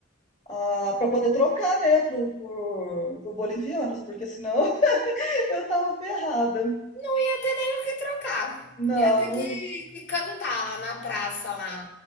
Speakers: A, on the left (about 40°); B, on the left (about 55°).
A: Ah, para poder trocar, né, pro, pro, pro bolivianos, porque senão <laughs> eu tava ferrada.
B: Não ia ter nem o que trocar.
A: Não,
B: Ia ter
A: não.
B: que, que cantar lá na praça, lá,